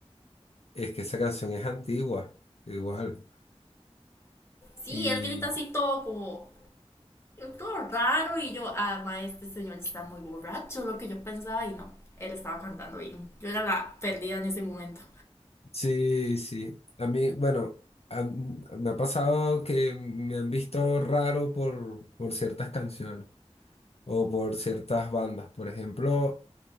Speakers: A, on the left; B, on the left.
A: Es que esa canción es antigua, igual.
B: Sí,
A: Y
B: él grita así todo como, todo raro. Y yo, ah, ma, este señor está muy borracho, lo que yo pensaba. Y no, él estaba cantando bien. Yo era la perdida en ese momento.
A: Sí, sí. A mí, bueno, a m- me ha pasado que me han visto raro por, por ciertas canciones o por ciertas bandas. Por ejemplo,